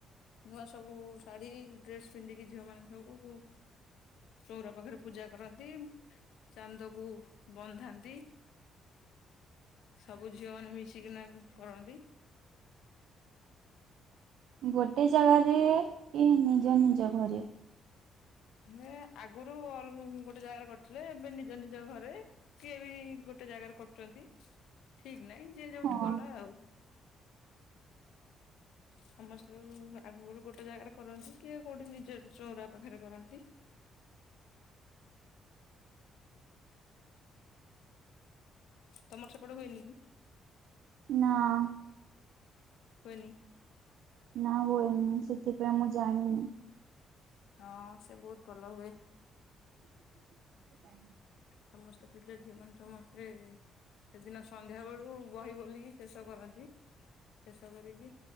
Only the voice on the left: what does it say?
ନୂଆ ସବୁ ଶାଢ଼ୀ, ଡ୍ରେସ ପିନ୍ଧିକି ଝିଅ ମାନ ସବୁ ଚଉରା ପାଖରେ ପୂଜା କରନ୍ତି, ଚାନ୍ଦ କୁ ବନ୍ଧାନ୍ତି, ସବୁ ଝିଅ ମାନେ ମିଶିକିନା କରନ୍ତି।
ହେ ଆଗରୁ ଗୋଟେ ଜାଗାରେ କରିଥିଲେ, ଏବେ ନିଜ ନିଜ ଘରେ। କିଏ ବି ଗୋଟେ ଜାଗାରେ କରୁଛନ୍ତି, ଠିକ ନାହିଁ, ଯିଏ ଯୋଉଠି
କଲା ଆଉ ସମସ୍ତେ ଆଗ ଗୋଟେ ଜାଗାରେ କରନ୍ତି, କି କୋଉଠି ନିଜ ଚଉରା ପାଖରେ କରନ୍ତି। ତମର ସେପଟ ହୁଏନି କି?
ହୁଏନି।
ହଁ ସେ ବହୁତ ଭଲ ହୁଏ।
ସମସ୍ତେ ପୂଜା ଝିଅ, ମାନେ ସମସ୍ତେ ସେଦିନ ସନ୍ଧ୍ୟା ବେଳୁ ବହି ବୋଲିକି ଶେଷ କରନ୍ତି, ଶେଷ କରିକି